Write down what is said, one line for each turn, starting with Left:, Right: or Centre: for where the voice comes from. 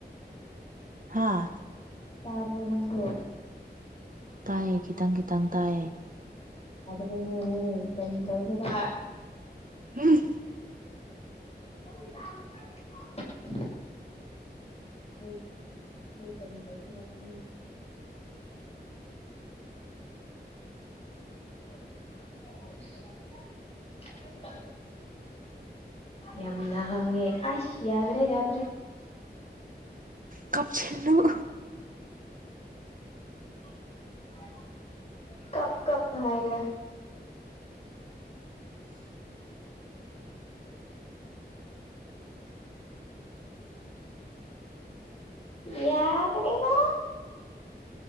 Right: ꯍꯥꯥ
Left: ꯇꯄ ꯑꯣꯅ ꯍ
Right: ꯇꯥꯏꯑꯦ ꯈꯤꯇꯪ ꯈꯤꯇꯪ ꯇꯥꯏꯌꯦꯦ
Left: ꯅꯦꯅꯦ ꯈꯔꯤꯗꯦꯔ <inaudible>
Right: ꯎꯝ
Left: <inaudible> ꯑꯩ ꯑꯩ ꯀꯔꯤ ꯇꯧꯁꯤꯔꯛꯅꯤ <inaudible>
Right: <inaudible>
Left: ꯌꯗꯉꯦ ꯑꯁ ꯌꯥꯗ꯭ꯔꯦ ꯌꯥꯗ꯭ꯔꯦ
Right: ꯀꯥꯞꯁꯤꯜꯂꯨ
Left: <inaudible> ꯀꯞ ꯀꯞ ꯍꯥꯏꯔꯔꯒ <inaudible> ꯌꯥꯗ꯭ꯔꯦꯅ